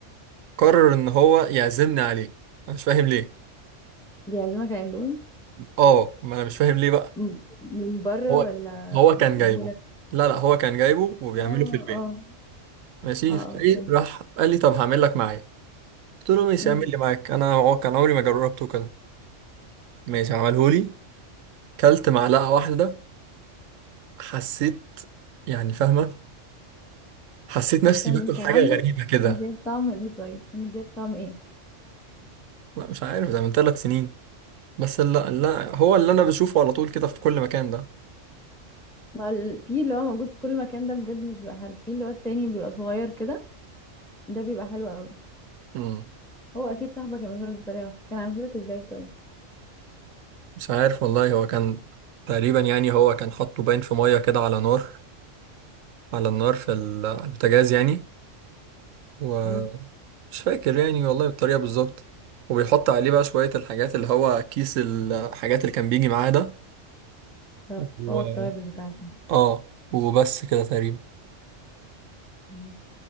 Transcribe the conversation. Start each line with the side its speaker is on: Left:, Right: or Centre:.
Right: قرر ان هو يعزمني عليه انا مش فاهم ليه
Centre: دي عازمك على اندومي
Right: اه ما انا مش فاهم ليه بقى
Centre: مم. من بره
Right: هو
Centre: ولا
Right: هو كان
Centre: اجيبهولك
Right: جايبه لا لا هو كان جايبه وبيعمله
Centre: اه
Right: في البيت
Centre: اه
Right: ماشي
Centre: اه
Right: فايه
Centre: اه
Right: راح قال لي طب هعمل لك معايا قلت له ماشي
Centre: فهمت
Right: اعمل لي معاك انا عو- كان عمري ما جربته كده ماشي عمله لي كلت معلقه واحده حسيت يعني فاهمه حسيت نفسي
Centre: طب كان
Right: باكل
Centre: كان
Right: حاجه
Centre: عامله
Right: غريبه كده
Centre: كان جايب طعم ايه طيب كان جايب طعم ايه
Right: لا مش عارف ده من ثلاث سنين بس لا لا هو اللي انا بشوفه على طول كده في كل مكان
Centre: مع ال... في اللي هو موجود في كل مكان ده بجد مش بقى حلو في اللي هو التاني بيبقى صغير كده ده بيبقى حلو قوي
Right: ده
Centre: هو اكيد صاحبك عمله لك بطريقه وحشه كان عامله لك ازاي طيب
Right: مش عارف والله هو كان تقريبا يعني هو كان حاطه باين في ميه كده على نار على النار في ال- على البوتاجاز يعني ومش
Centre: مم.
Right: فاكر يعني والله الطريقه بالظبط وبيحط عليه بقى شويه الحاجات اللي هو كيس الحاجات اللي كان بيجي معاه ده
Centre: طب
Right: و...
Centre: اه التوابل بتاعته
Right: اه وبس كده تقريبا
Centre: مم.